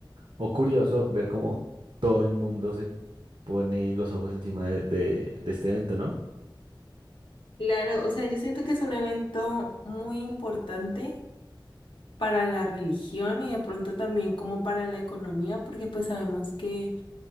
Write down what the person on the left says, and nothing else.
Claro, o sea, yo siento que es un evento muy importante para la religión y de pronto también como para la economía, porque pues sabemos que